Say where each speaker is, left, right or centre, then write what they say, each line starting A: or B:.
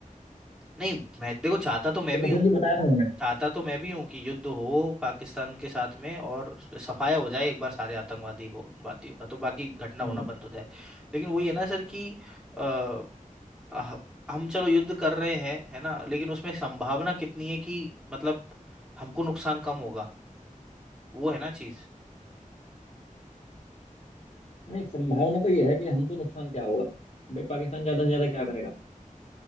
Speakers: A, in the centre; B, on the left (about 50°).
A: नहीं मैं देखो चाहता तो मैं
B: तो
A: भी
B: मतलब
A: हूँ
B: ये बताया था उन्होंने
A: चाहता तो मैं भी हूँ कि युद्ध हो पाकिस्तान के साथ में और सफाया हो जाए एक बार सारे आतंकवादी को वादियों का तो बाकी घटना
B: हम्म
A: होना बंद हो जाए लेकिन वही है ना सर कि अ, ह- हम चलो युद्ध कर रहे हैं है ना लेकिन उसमें संभावना कितनी है कि मतलब हमको नुकसान कम होगा वो है ना चीज
B: नहीं संभावना तो ये है कि हमको नुकसान क्या होगा भाई पाकिस्तान ज्यादा से ज्यादा क्या करेगा